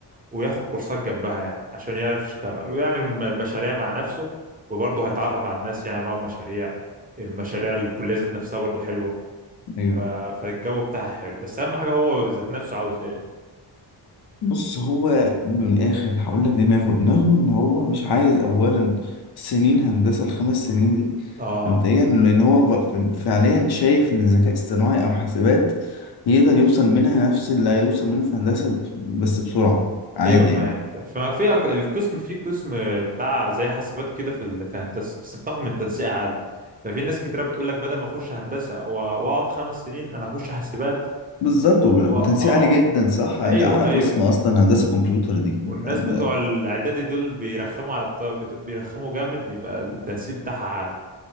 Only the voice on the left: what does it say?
ايوه
بص هو من الاخر هقول لك دماغه دماغه ان هو مش عايز اولا سنين هندسه الخمس سنين دي
مبدئيا لان هو ب- ف- فعليا شايف ان الذكاء الاصطناعي او حاسبات يقدر يوصل منها نفس اللي هيوصل منه في هندسة ب- بس بسرعة عادي
يعني
بالظبط
وب-
وتنسيق
عالي جدا صح
ده اعلى
قسم اصلا هندسة كمبيوتر دي
ال-